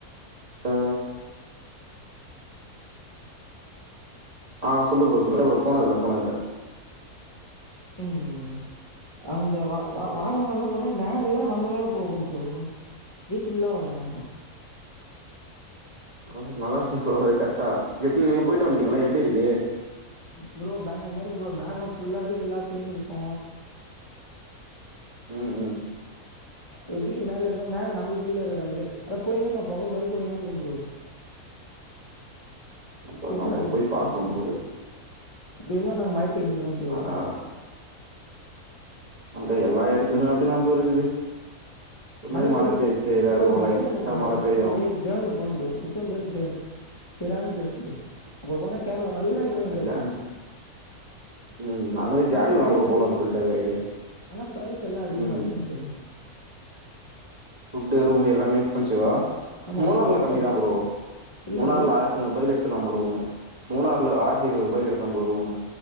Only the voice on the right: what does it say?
அ ஆ சொல்லு ப்ரோ சொல்லு <unintelligible> போனதில்ல போனதில்ல
பரவால்ல நல்லா இருக்கேன் ப்ரோ அது கரெக்டா எப்டி நீங்க போயிட்டு வந்ட்டீங்ளா எப்டி இருக்கு
ம் ம்
நம்பரதான்
ப்ரோ
போய் பாக்கணு
ப்ரோ
அதா அதா அங்க எல்லா எடுத்திலயுமே அப்டிதான் ப்ரோ இருக்குது எப்பவுமே
மழ
பெஞ்சுட்டேதா
இருக்கு
லைட்டா
மழ
பெய்யு
நாங்க
ஜான்
ம் நாங்களே ஜேன்லதா
ப்ரோ போலான்
சொல்ட்டு ஒரு ஐடியா
ம்.
ஃபுட்டு ரூமு எல்லாமே எக்ஸ்பென்சிவா
மூணார்ல
கம்மி
தா ப்ரோ
மூணார்ல
ஆயிரத்தி நூறுபாய்க்கு எடுத்துர்லா ம ரூமு மூணார் இல்ல ஆயிரத்தி இருநூறுவாய்க்கு எடுத்த ப்ரோ ரூமு